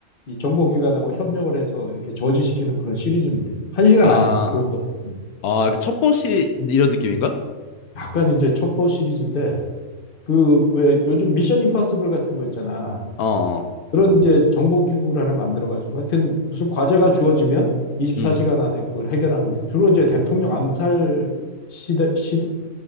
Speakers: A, on the left; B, on the left.
A: 이 정보기관하고 협력을 해서 이렇게 저지시키는 그런 시리즈물이야. 한 시간
B: 아.
A: 안에 그것도 음.
B: 아, 그 첩보 시리 이런 느낌인가?
A: 약간 이제 첩보 시리즈인데 그 왜 요즘 미션 임파서블 같은 거 있잖아.
B: 어. 어.
A: 그런 이제 정보기구를 하나 만들어가지고 하여튼 무슨 과제가 주어지면 24시간
B: 음.
A: 안에 그걸 해결하는데 주로 이제 대통령 암살 시대, 시대를